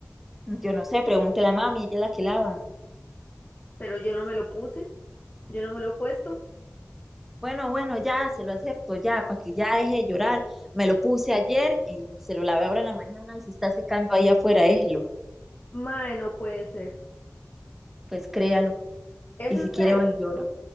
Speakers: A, in the centre; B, on the left.
A: Yo no sé, pregúntele a mami, ella es la que lava.
B: Pero yo no me lo puse, yo no me lo he puesto.
A: Bueno, bueno, ya, se lo acepto, ya, para que ya deje de llorar. Me lo puse ayer y se lo lavé ahora en la mañana y se está secando ahí afuera, déjelo.
B: Mae, no puede ser.
A: Pues créalo.
B: ¿Es
A: Y
B: en
A: si
B: serio?
A: quiere, va y llora.